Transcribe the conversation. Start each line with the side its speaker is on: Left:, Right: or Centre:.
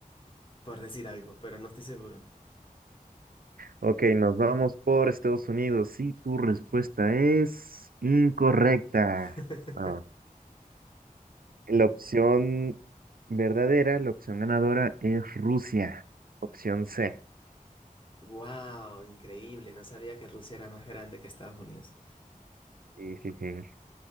Left: por decir algo, pero no estoy seguro.
Right: Ok, nos vamos por Estados Unidos. Y tu respuesta es incorrecta.
Left: <laughs>
Right: Ah, La opción Verdadera, la opción ganadora es Rusia. Opción C.
Left: Wow, increíble, no sabía que Rusia era más grande que Estados Unidos.
Right: Sí, sí, sí.